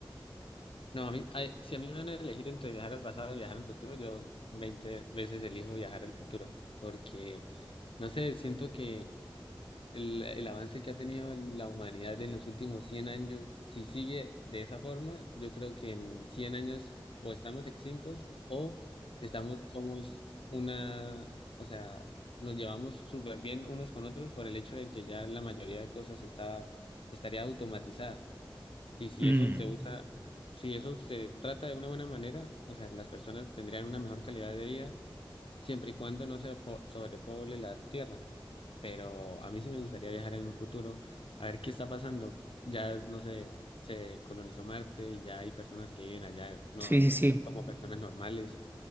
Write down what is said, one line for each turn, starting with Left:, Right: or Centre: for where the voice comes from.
Left: No, a mí, ay, si a mí me van a elegir entre viajar al pasado y viajar al futuro, yo 20 veces elijo viajar al futuro, porque, no sé, siento que el, el avance que ha tenido la humanidad en los últimos cien años, si sigue de esa forma, yo creo que en 100 años o estamos extintos o estamos, somos una, o sea, nos llevamos súper bien unos con otros por el hecho de que ya la mayoría de cosas está, estaría automatizada. Y si
Right: Mm,
Left: eso se usa, si eso se trata de una buena manera, o sea, las personas tendrían una mejor calidad de vida siempre y cuando no se po- sobrepoble la tierra. Pero a mí sí me gustaría viajar en un futuro a ver qué está pasando. Ya, no sé, se colonizó Marte y ya hay personas que viven allá, no
Right: sí, sí, sí,
Left: como personas normales,